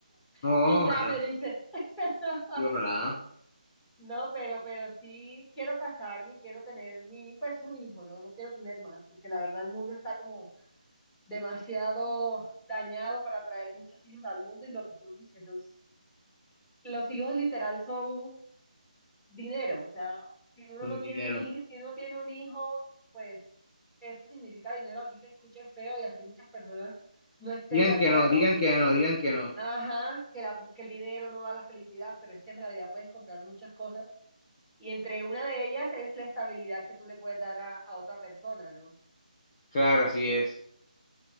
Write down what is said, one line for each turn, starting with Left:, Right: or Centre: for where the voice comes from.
Left: No,
Centre: Sí, ya
Left: ojalá,
Centre: me dice. <laughs>
Left: y ojalá.
Centre: No, pero, pero sí quiero casarme y quiero tener mi, pues un hijo, ¿no? No quiero tener más, porque la verdad el mundo está como demasiado dañado para traer muchos hijos al mundo y lo que tú dices, los, los hijos literal son dinero, o sea, si uno
Left: Un
Centre: no
Left: dinero.
Centre: tiene un hijo, si uno tiene un hijo, pues eso significa dinero, así se escuche feo y así muchas personas no estén
Left: Digan
Centre: de acuerdo.
Left: que no, digan que no, digan que no.
Centre: Ajá, que, la, que el dinero no da la felicidad, pero es que en realidad puedes comprar muchas cosas y entre una de ellas es la estabilidad que tú le puedes dar a, a otra persona, ¿no?
Left: Claro, así es.